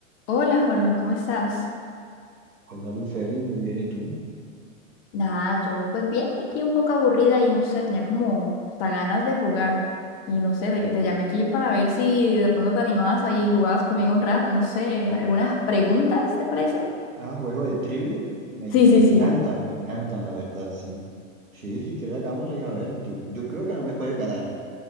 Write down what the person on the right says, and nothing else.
Hola Luceli, muy bien, ¿y tú?
Ah, juego de trivia. Me,
me
encantan, me encantan, la verdad, sí. Sí, si quieres hagámosle, a ver, yo, yo creo que no me puedes ganar.